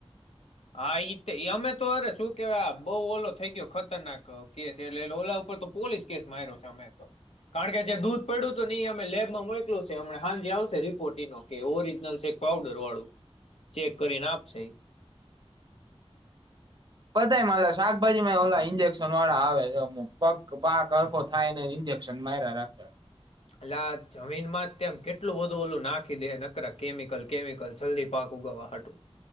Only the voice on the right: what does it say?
બધા મા લા શાકભાજી માંય ઓલા ઈન્જેક્શનવાળા આવે પગ પાક હરખો થાય નૈન ઇન્જેક્શન માયરા રાખે.